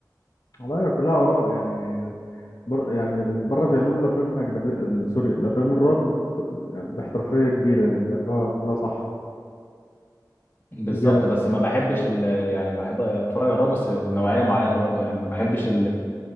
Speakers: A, on the left; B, on the left.
A: والله هي كلها اراء يعني بر... يعني بره بيعملوا الافلام الاجنبيه ال- سوري الافلام الرعب ب... يعني باحترافيه كبيره يعني بيعملوها كلها صح
B: بالظبط
A: بي...
B: بس ما بحبش ال... يعني بحب اتفرج على الرعب بس نوعيه معينه برضو يعني ما بحبش